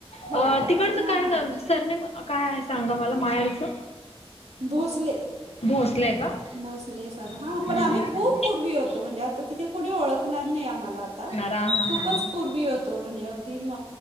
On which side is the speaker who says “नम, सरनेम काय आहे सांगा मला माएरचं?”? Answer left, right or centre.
Left